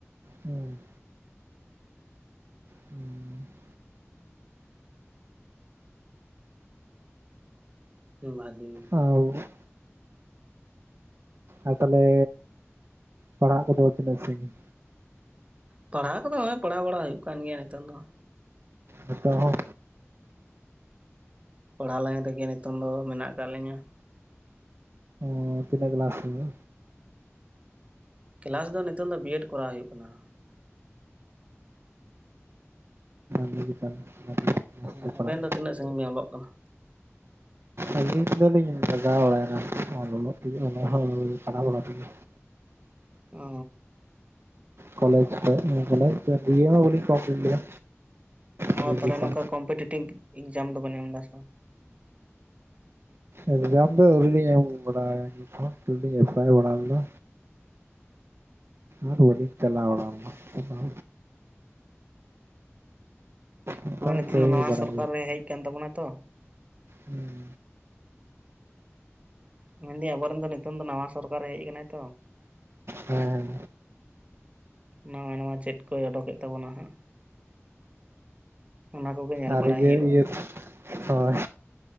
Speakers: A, on the right; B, on the right.
A: ᱦᱩᱸ᱾ ᱦᱮᱸ <unintelligible>
B: ᱦᱩᱸ᱾ ᱵᱷᱟᱜᱮ᱾
A: ᱚ <unintelligible> ᱟᱨ ᱛᱟᱦᱚᱞᱮ ᱯᱟᱲᱦᱟᱜ ᱠᱚᱫᱚ ᱛᱤᱱᱟᱹᱜ ᱥᱟᱹᱜᱤᱧ?
B: ᱯᱟᱲᱦᱟᱣ ᱠᱚᱫᱚ ᱯᱟᱲᱦᱟᱣ ᱵᱟᱲᱟ ᱦᱩᱭᱩᱜ ᱠᱟᱱ ᱜᱮᱭᱟ ᱱᱤᱛᱚᱝ ᱫᱚ᱾
A: ᱟᱪᱪᱷᱟ ᱦᱚᱸ᱾
B: ᱯᱟᱲᱦᱟᱣ ᱞᱟᱭᱤᱱ ᱨᱮᱜᱮ ᱱᱤᱛᱚᱜ ᱫᱚ ᱢᱮᱱᱟᱜ ᱟᱠᱟᱫ ᱞᱤᱧᱟ᱾
A: ᱚ, ᱛᱤᱱᱟᱹᱜ ᱠᱮᱞᱟᱥ ᱨᱮ?
B: ᱠᱮᱞᱟᱥ ᱫᱚ ᱱᱤᱛᱚᱝ ᱫᱚ ᱵᱤ. ᱮᱰ ᱠᱚᱨᱟᱣ ᱦᱩᱭᱩᱜ ᱠᱟᱱᱟ᱾
A: <unintelligible>
B: ᱦᱮᱸ
A: ᱢᱚᱡᱽ ᱛᱮ ᱯᱟᱲᱦᱟᱜ
B: ᱟᱵᱮᱱ ᱫᱚ ᱛᱤᱱᱟᱹᱜ ᱥᱟᱹᱜᱤᱧ ᱵᱤᱱ ᱚᱞᱚᱜ ᱠᱟᱱᱟ?
A: ᱟᱹᱞᱤᱧ ᱫᱚᱞᱤᱧ ᱵᱟᱡᱟᱣ ᱵᱟᱲᱟᱭᱱᱟ <unintelligible> ᱵᱟᱲᱟ ᱛᱮᱜᱮ
B: ᱚ
A: ᱠᱟᱞᱮᱡᱽ ᱫᱤᱭᱮ, ᱠᱚᱞᱮᱡᱽ ᱵᱤ. ᱮ ᱦᱚ ᱵᱟᱞᱤᱧ ᱠᱳᱢᱯᱞᱤᱴ ᱞᱮᱫᱟ᱾
B: ᱚ
A: ᱜᱨᱮᱡᱩᱭᱮᱥᱚᱱ
B: ᱛᱟᱦᱚᱞᱮ ᱱᱚᱝᱠᱟ ᱠᱚᱢᱯᱤᱴᱤᱮᱴᱤᱵᱷ ᱮᱠᱡᱟᱢ ᱫᱚᱵᱮᱱ ᱮᱢ ᱮᱫᱟ ᱥᱮ ᱵᱟᱝ?
A: ᱮᱠᱡᱟᱢ ᱫᱚ ᱟᱹᱣᱨᱤ ᱞᱤᱧ ᱮᱢ ᱵᱟᱰᱟᱭᱟ ᱱᱤᱛ ᱦᱚᱸ ᱥᱤᱫᱷᱩ ᱞᱤᱧ ᱮᱯᱞᱟᱭ ᱵᱟᱲᱟ ᱞᱮᱫᱟ᱾ ᱟᱨ ᱵᱟᱞᱤᱧ ᱪᱟᱞᱟᱣ ᱵᱟᱲᱟ ᱞᱮᱱᱟ᱾ ᱚᱱᱠᱟ
B: <unintelligible> ᱱᱤᱛᱚᱝ
A: ᱠᱟᱹᱢᱤ
B: ᱫᱚ ᱱᱟᱣᱟ
A: ᱵᱟᱲᱟᱭ
B: ᱥᱚᱨᱠᱟᱨ ᱮ ᱦᱮᱡ ᱟᱠᱟᱱ ᱛᱟᱵᱚᱱᱟ ᱛᱚ᱾
A: ᱦᱩᱸ᱾
B: ᱢᱮᱱᱮᱫᱟᱹᱧ ᱟᱵᱚᱨᱮᱱ ᱫᱚ ᱱᱤᱛᱚᱝ ᱫᱚ ᱱᱟᱣᱟ ᱥᱚᱨᱠᱟᱨ ᱮ ᱦᱮᱡ ᱟᱠᱟᱱᱟᱭ ᱛᱚ᱾.
A: ᱦᱮᱸ᱾
B: ᱱᱟᱣᱟ ᱱᱟᱣᱟ ᱪᱮᱫ ᱠᱚᱭ ᱚᱰᱚᱠᱮᱫ ᱛᱟᱵᱚᱱᱟ ᱦᱟᱸᱜ᱾ <unintelligible> ᱚᱱᱟ ᱠᱚᱜᱮ ᱧᱮᱞ
A: ᱟᱨ
B: ᱵᱟᱲᱟᱭ
A: ᱤᱭᱟᱹ
B: ᱦᱩᱭᱩᱜᱼᱟ
A: ᱤᱭᱟᱹ ᱦᱳᱭ